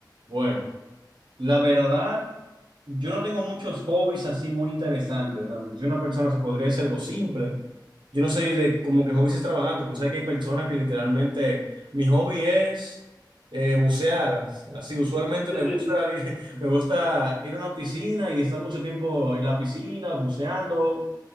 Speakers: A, on the right; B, in the centre.
A: Bueno, la verdad. Yo no tengo muchos hobbies así muy interesantes, realmente. Soy una persona, se podría decir algo simple. Yo no soy de como que hobbies extravagantes, porque sabes que hay personas que literalmente, mi hobby es eh, bucear. Así, usualmente
B: Sí,
A: me gusta
B: sí, sí, sí.
A: ir, <laughs> me gusta ir a una piscina y estar mucho tiempo en la piscina buceando.